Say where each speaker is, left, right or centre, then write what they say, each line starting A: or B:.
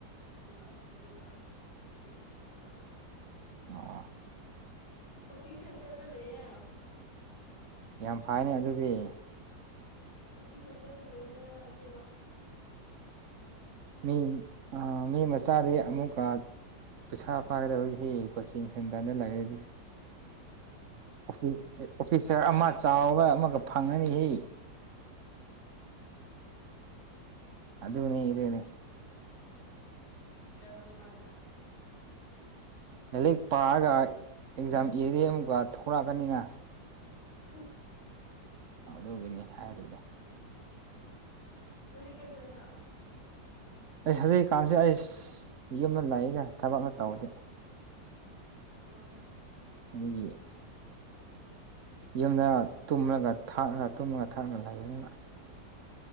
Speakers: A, on the left (about 60°); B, on the right (about 55°).
A: <unintelligible>
B: <unintelligible>
A: ꯀꯣꯆꯤꯡ ꯁꯦꯟꯇ꯭ꯔꯗ ꯂꯩꯌꯦ
B: ꯌꯥꯝ ꯐꯩꯅꯦ ꯑꯗꯨꯗꯤ
A: ꯀꯣꯆꯤꯡ ꯁꯦꯟꯇ꯭ꯔꯗ ꯂꯩꯌꯦ ꯑꯗꯨꯅ
B: ꯃꯤ ꯑ ꯃꯤ ꯃꯁꯥꯗꯤ ꯑꯃꯨꯛꯀ ꯄꯩꯁꯥ ꯄꯥꯏꯒꯗꯧꯔꯤꯁꯤ ꯀꯣꯆꯤꯡ ꯁꯦꯟꯇꯔꯗ ꯂꯩꯔꯗꯤ ꯑꯣꯐꯤ ꯑꯣꯐꯤꯁꯥꯔ ꯑꯃ ꯆꯥꯎꯔ ꯑꯃꯒ ꯐꯪꯉꯅꯤꯍꯦ ꯑꯗꯨꯅꯦ ꯏꯗꯨꯅꯦ
A: ꯀꯔꯝꯃꯥꯏꯅ
B: ꯂꯥꯏꯔꯤꯛ ꯄꯥꯔꯒ ꯑꯦꯛꯖꯥꯝ ꯏꯔꯗꯤ ꯑꯃꯨꯛꯀ ꯊꯣꯔꯛꯑꯅꯤꯅ
A: ꯍꯥꯡ
B: ꯑꯗꯨꯒꯤꯅꯤ ꯍꯥꯏꯔꯤꯗꯣ
A: ꯅꯪꯗꯤ ꯀꯩꯗꯧꯔꯤꯅꯣ
B: ꯑꯩ ꯍꯧꯖꯤꯛ ꯀꯥꯟꯖꯦ ꯑꯩꯁ ꯌꯨꯝꯃ ꯂꯩꯏꯗ ꯊꯕꯛꯅ ꯇꯧꯗꯦ
A: <unintelligible>
B: <unintelligible> ꯌꯨꯝꯗ ꯇꯨꯝꯔꯒ ꯊꯥꯛꯑ ꯇꯨꯝꯃ ꯊꯥꯛꯂ ꯂꯩꯥꯕꯅꯤꯅ